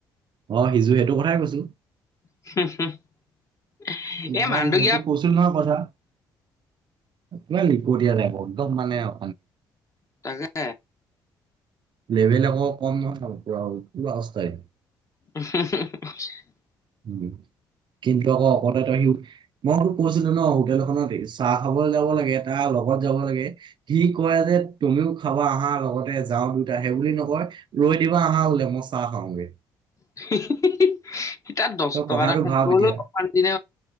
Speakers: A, on the right; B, on the left.
A: অ' সিজো এইটো কথাই কৈছো।
B: <unintelligible>
A: কিবা
B: এই মানুহটো
A: নিচ
B: কিয়া
A: তোক কৈছিল নহয় কথা। ল দীয়া াই একদম মানে অ'।
B: তাকে
A: লেভেল আকৌ কম নথাব পৰা হ'ল পোৱা অৱস্থাই।
B: <unintelligible>
A: উম, কিন্তু আকৌ কোৱাৰ্টাৰত ৰাখিব মই সো কৈছিলো ন হোটেলখনতে চাহ খাবলৈ যাব লাগে তাৰ লগত যাব লাগে। হি কয় যে তুমিও। খাবা আহা লগতে যাওঁ দুয়োটা সেইবুলি নকয় ৰৈ দিবা আহা বোলে মই চাহ খাওঁগে।
B: <unintelligible>
A: তই
B: টকা
A: কথাাতটো
B: এটা খৰচ
A: ভাব
B: কৰিবলৈও
A: এতিয়া,
B: অশান্তি ন